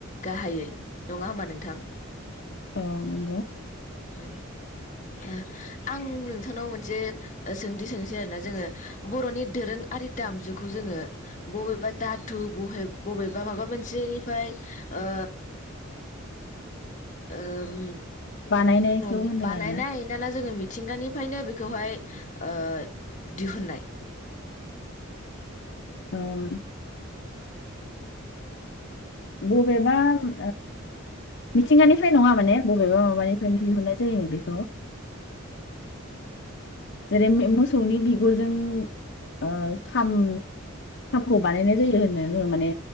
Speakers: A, on the left (about 35°); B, on the left (about 55°).
A: गाहायै नङा होमबा नोंथां?
B: औ नोंगौ।
A: उम ओ आं नोंथांनाव मोनसे सोंथि सोंसै आरोना जोङो बर'नि दोरोंआरि दामजुखौ जोङो बबेबा दाथु बहे बबेबा माबा मोनसेनिफ्राय ओ ओम
B: बानायनायखौ
A: औ
B: होनदों
A: बानायनाय
B: आरो ना
A: नाना जोङो मि थिंगानिफ्रायनो बेखौहाय ओ दिहुननाय।
B: ओम बबेबा ओ मिथिंगानिफ्राय नङा माने बबेबा माबानिफ्रायनो दिहुननाय जायोमोन बेखौ जेरै मोसौनि बिगुरजों ओ खाम खामखौ बानायनाय जायो होनना बुङो माने